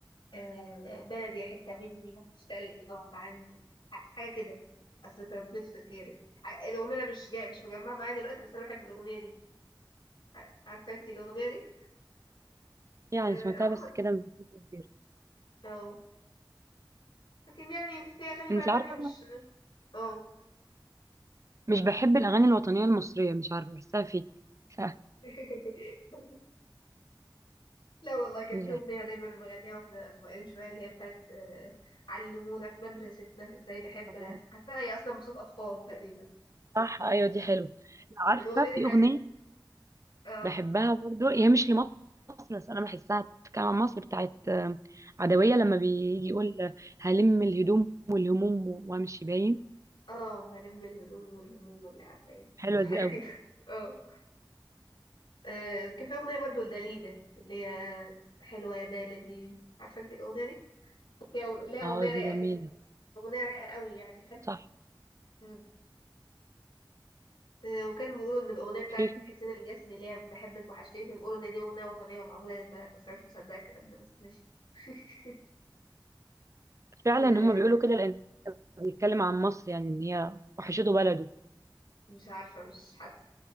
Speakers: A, on the left; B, on the right.
A: آه بلدي يا حتة مني مشتاقلك غصب عني ح- حاجة كده أصل اتربيت في خيرك ع- الأغنية أنا مش جاي مش مجمعة معايا دلوقتي بس أنا بحب الأغنية دي ع- عارفة أنت الأغنية دي
B: يعني
A: آه
B: سمعتها
A: عموما
B: بس كده من فترة كبيره
A: اه لكن يعني في أغاني بقى
B: انت
A: تانية
B: عارفه
A: مش
B: انا
A: اه
B: مش بحب الاغاني الوطنيه المصريه مش عارفه بحسها فيك صح
A: <laughs> لا والله كان
B: مش
A: في أغنية دايما بغنيها واحنا صغيرين شوية اللي هي بتاعت آه، علمونا في مدرستنا ازاي نحبها
B: عارفة.
A: عارفة هي أصلا بصوت أطفال تقريبا
B: صح ايوه دي حلوه عارفه
A: فالأغنية دي
B: في
A: حلوة
B: اغنيه
A: اه
B: بحبها برضو هي مش لمصر بس انا بحسها بتتكلم عن مصر بتاعت آم، عدويه
A: أمم.
B: لما بيجي يقول هلم الهدوم والهموم وامشي باين
A: اه هنم الهدوم والهموم واللي عاملين
B: حلوه
A: حاجة
B: دي قوي
A: كده <laughs> اه آه، كان في أغنية برضو لداليدا اللي هي حلوة يا بلدي عارفة انت الأغنية دي؟ فيها- لها أغنية
B: اه
A: رايقة
B: دي جميلة
A: كده أغنية رايقة قوي يعني حلوة
B: صح
A: أمم. آه، وكانوا بيقولوا ان الاغنيه بتاعت
B: في
A: حسين الجسمي اللي هي بحبك وحشتني كانوا بيقولوا ان دي اغنيه وطنيه ومعموله للبلد بس انا مش مصدقه الكلام ده بس ماشي <laughs>
B: فعلا
A: آه،
B: هما بيقولوا كده لأن بيتكلم عن مصر يعني إن هي وحشته بلده
A: مش عارفه مش حاسه